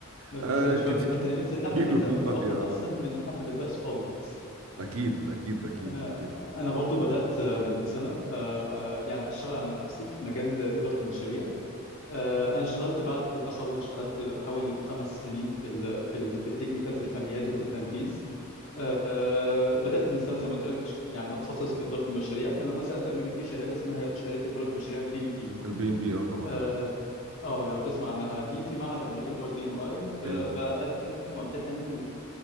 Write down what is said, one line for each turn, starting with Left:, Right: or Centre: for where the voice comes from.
Left: متاخرين
Right: آه
Left: شويه
Right: كتير
Left: في الحته
Right: <laughs>
Left: دي بس ان
Right: كتير
Left: احنا نبدا
Right: والله
Left: متاخر
Right: يا
Left: احسن من ان احنا ما نبداش خالص
Right: اكيد اكيد اكيد
Left: انا
Right: اكيد
Left: انا برضو بدات من سنه آه، آه، يعني اشتغل على نفسي في مجال اداره المشاريع آه، انا اشتغلت بعد التخرج اشتغلت حوالي خمس سنين في ال في ال في التكنيكال في الفنيات وفي التنفيذ آه، بدات من سنه زي ما قلت لك أش- يعني اتخصص في اداره المشاريع فلما سالت قالوا لي في شهاده اسمها شهاده اداره مشاريع البي ام بي
Right: البي ام بي اه طبعا
Left: اه آه، لو تسمع عنها دي في معهد امريكا اللي هو البي ام اي بقدم
Right: بي-
Left: وامتحن